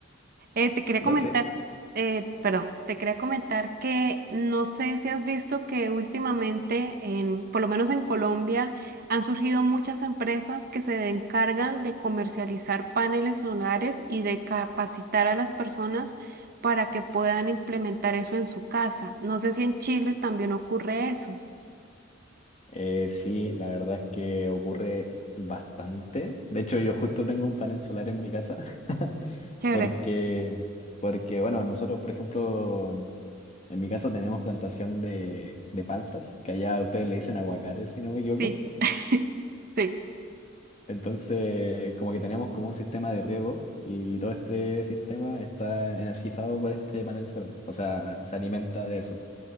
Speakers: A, on the right; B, on the left.
A: eh, te quería
B: no,
A: comentar,
B: de-
A: eh, perdón, te quería comentar que no sé si has visto que últimamente, en, por lo menos en Colombia, han surgido muchas empresas que se encargan de comercializar paneles solares y de capacitar a las personas para que puedan implementar eso en su casa. No sé si en Chile también ocurre eso.
B: eh, sí, la verdad es que ocurre bastante. De hecho, yo justo tengo un panel solar en mi casa <laughs>
A: Chévere.
B: porque, porque bueno, nosotros, por ejemplo, en mi casa tenemos plantación de, de paltas, que allá ustedes le dicen aguacates, si no me equivoco.
A: Sí, <laughs> sí.
B: Entonces, como que tenemos como un sistema de riego y todo este sistema está energizado por este panel solar, o sea, se alimenta de eso.